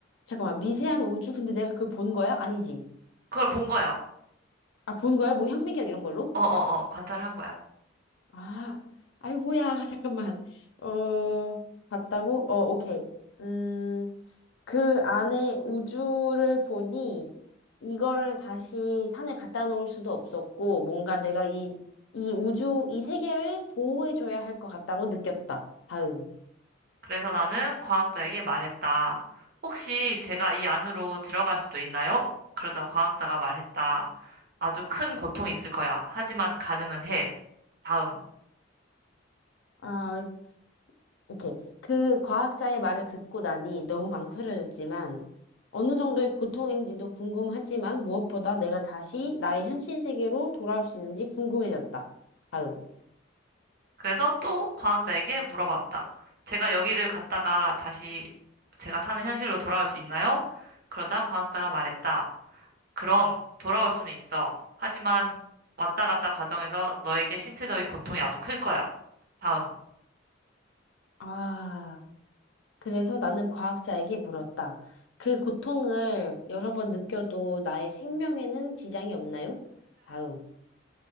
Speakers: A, on the left; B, on the right.
A: 잠깐만. 미세한 우주? 근데 내가 그 본 거야? 아니지.
B: 그걸 본 거야.
A: 아, 본 거야? 뭐 현미경 이런 걸로?
B: 어어어, 관찰한 거야.
A: 아, 아이고야, <laughs> 잠깐만. 어, 봤다고? 어, 오케이. 음, 그 안에 우주를 보니 이걸 다시 산에 갖다 놓을 수도 없었고, 뭔가 내가 이, 이 우주, 이 세계를 보호해줘야 할 것 같다고 느꼈다. 다음.
B: 그래서 나는 과학자에게 말했다. 혹시 제가 이 안으로 들어갈 수도 있나요? 그러자 과학자가 말했다. 아주 큰 고통이 있을 거야. 하지만 가능은 해. 다음.
A: 아, 오케이. 그 과학자의 말을 듣고 나니 너무 망설여졌지만 어느 정도의 고통인지도 궁금하지만 무엇보다 내가 다시 나의 현실 세계로 돌아올 수 있는지 궁금해졌다. 다음.
B: 그래서 또 과학자에게 물어봤다. 제가 여기를 갔다가 다시 제가 사는 현실로 돌아올 수 있나요? 그러자 과학자가 말했다. 그럼 돌아올 수는 있어. 하지만 왔다 갔다 과정에서 너에게 신체적인 고통이 아주 클 거야. 다음.
A: 아, 그래서 나는 과학자에게 물었다. 그 고통을 여러 번 느껴도 나의 생명에는 지장이 없나요? 다음.